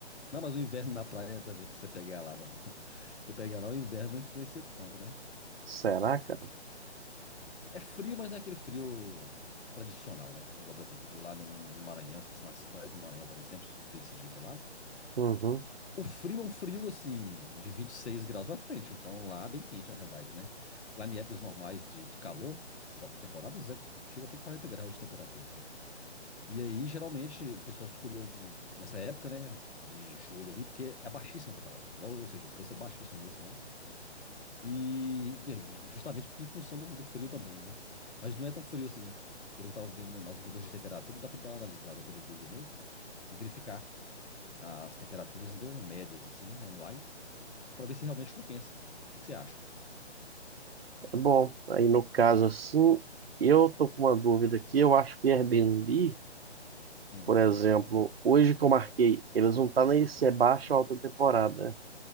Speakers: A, on the left; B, on the right.
A: Não, mas o inverno na praia, por exemplo, você pegar lá, no- <laughs> você pegar lá, o inverno não influencia tanto, né?
B: Será, cara?
A: É frio, mas não é aquele frio tradicional, né? Igual, por exemplo, lá no, no Maranhão, essas- nas praias do Maranhão, por exemplo, a gente decidir ir pra lá.
B: Uhum.
A: O frio é um frio assim, de 26 graus pra frente, então lá bem quente na realidade, né? Lá em épocas normais de, de calor, essas altas temporadas, é, chega até 40 graus de temperatura. E aí, geralmente, o pessoal escolheu nessa época, né? Em julho ali, porque é baixíssima a temporada. É, Ou ou seja, o preço é baixíssimo mesmo lá. E é, justamente porque em função do, do frio também, né? Mas não é tão frio assim. Pelo que eu tava vendo, né, as mudanças de temperatura, dá pra dar uma analisada pelo Google mesmo e verificar as temperaturas, entendeu? Médias, assim, anuais, para ver se realmente compensa. O que que você acha?
B: Bom, aí no caso assim, eu tô com uma dúvida aqui. Eu acho que Airbnb,
A: Hum,
B: por exemplo, hoje que eu marquei, eles não tá nem se é baixa ou alta temporada. né?